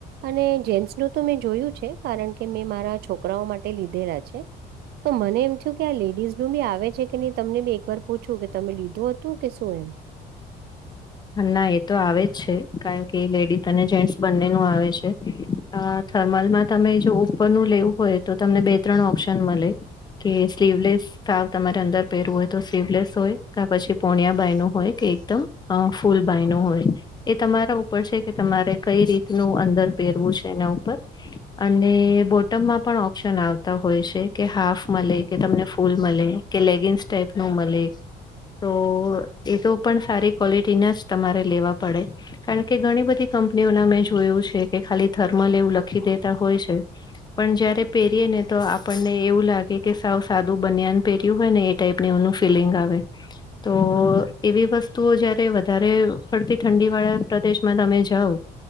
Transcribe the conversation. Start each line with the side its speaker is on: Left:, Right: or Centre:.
Right: અને જેન્સ નું તો મેં જોયું છે કારણ કે મેં મારા છોકરાઓ માટે લીધેલા છે. તો મને એમ થયું કે આ લેડીઝ નું બી આવે છે કે નહી તમને બી એક વાર પૂછું કે તમે લીધું હતું કે શું એમ.
Left: ના એ તો આવે જ છે કારણ કે લેડીઝ અને જેન્ટસ બંને નુ આવે છે. અ થર્મલમાં તમે જો ઉપરનું લેવું હોય તો તમને બે ત્રણ ઓપ્શન મળે. ઓકે સ્લીવલેસ સાવ તમારે અંદર પહેરવું હોય તો સ્લીવલેસ હોય કે પછી પોણિયા બાય નું હોય કે એકદમ અ ફૂલભાઈ નુ હોય ને એ તમારા ઉપર છે કે તમારે કઈ રીતનું અંદર પહેરવું છે એના ઉપર અને બોટમમાં પણ ઓપ્શન આવતા હોય છે કે હાફ મળે કે તમને ફૂલ મળે. કે લેગિન્સ ટાઈપ નું મળે તો એ તો પણ સારી ક્વોલિટીના જ તમારે લેવા પડે કારણ કે ઘણી બધી કંપનીઓના મેં જોયું છે કે ખાલી થર્મલ એવું લખી દેતા હોય છે. પણ જયારે પહેરીયે ને તો આપણને એવું લાગે કે સાવ સાદું બનિયાન પહેર્યું હોય ને એ ટાઈપ ને એવ નુ ફિલિંગ આવે તો એવી વસ્તુ તો જયારે વધારે પડતી ઠંડી વાળા પ્રદેશમાં તમે જાઓ